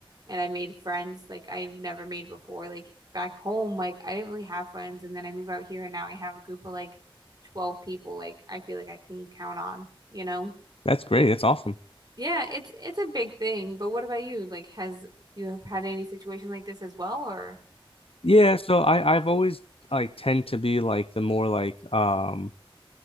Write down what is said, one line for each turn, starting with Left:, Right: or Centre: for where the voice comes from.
Right: and I made friends like I've never made before. Like back home, like I didn't really have friends. And then I move out here and now I have a group of like 12 people like I feel like I can count on, you know?
Left: That's great. That's awesome.
Right: Yeah, it's it's a big thing, but what about you? Like, has you have had any situation like this as well, or?
Left: Yeah, so I I've always like tend to be like the more like um